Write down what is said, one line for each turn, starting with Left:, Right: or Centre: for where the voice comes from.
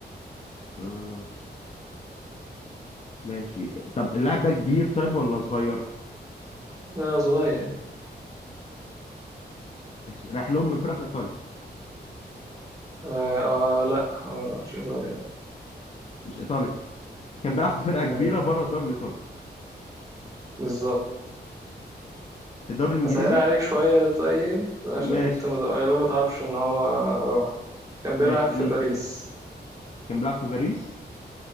Left: آه ماشي طب اللاعب ده كبير طيب ولا صغير
Right: لا صغير
Left: ماشي رايح لهم من فرقة في ايطاليا
Right: آه, اه لا آه مش ايطاليا لا
Left: مش ايطاليا كان بيلعب في فرقة
Right: مم.
Left: كبيرة بره الدوري الايطالي
Right: بالظبط
Left: في الدوري الانجليزي
Right: هسهل عليك شوية طيب عشان
Left: ماشي
Right: انت مت- غالبا ما تعرفش ان هو راح كان
Left: ماشي
Right: بيلعب في
Left: مين
Right: باريس
Left: كان بيلعب في باريس